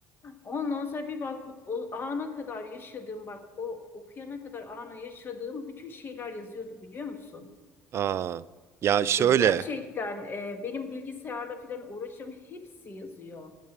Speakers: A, on the left; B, on the right.
A: Ondan sonra bir baktım o ana kadar yaşadığım bak o okuyana kadar ana yaşadığım bütün şeyler yazıyordu biliyor musun?
B: Aa ya şöyle
A: E, gerçekten e, benim bilgisayarla falan uğraşım hepsi yazıyor.